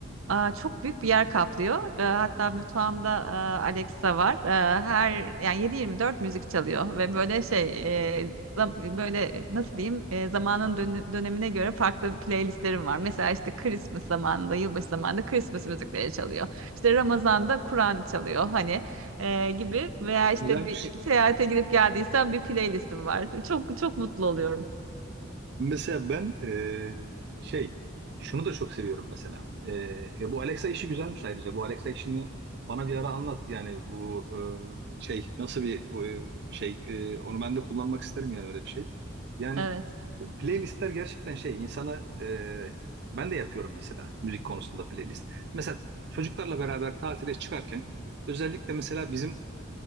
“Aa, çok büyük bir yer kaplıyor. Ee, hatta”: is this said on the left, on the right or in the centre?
Right